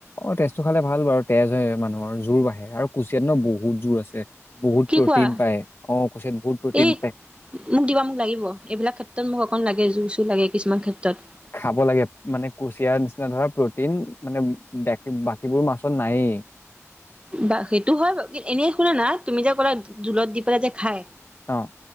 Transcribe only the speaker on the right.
কি
কোৱা
এই
মোক দিবা, মোক লাগিব। এইবিলাক ক্ষেত্ৰত মোক অকণ লাগে, জোৰ চোৰ লাগে কিছুমান ক্ষেত্ৰত।
বা সেইটো হয় বাৰু, এনে শুনা না তুমি যে ক'লা জোলত দি পেলাই যে খাই